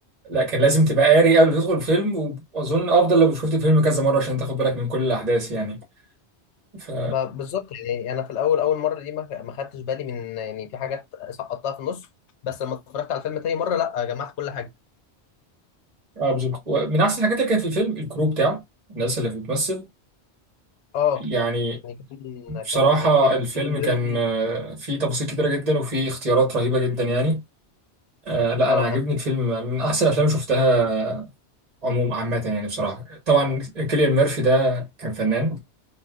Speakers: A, on the right; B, on the left.
A: لا كان لازم تبقى قاري قبل ما تدخل الفيلم وأظن أفضل لو شفت الفيلم كذا مرة عشان تاخد بالك من كل الأحداث يعني ف
B: ما بالظبط يعني انا في الاول اول مره دي ما ما خدتش بالي من يعني في حاجات سقطتها في النص بس لما اتفرجت على الفيلم تاني مره لا جمعت كل حاجه
A: آه بالظبط ومن أحسن الحاجات اللي كانت في الفيلم الكرو بتاعه الناس اللي بتمثل
B: اه
A: يعني
B: يعني
A: بصراحة
B: كان كان
A: الفيلم
B: كيليان
A: كان
B: ميرفي
A: آه، فيه تفاصيل كتيرة جدا وفيه اختيارات رهيبة جدا يعني آه، لا
B: اه
A: أنا عاجبني الفيلم من أحسن الأفلام اللي شفتها عموما عامة يعني بصراحة طبعا كيليان ميرفي ده كان فنان